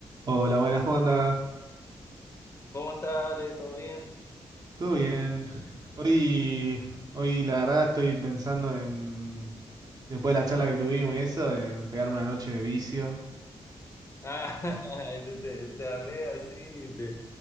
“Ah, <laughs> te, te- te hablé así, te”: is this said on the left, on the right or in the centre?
Left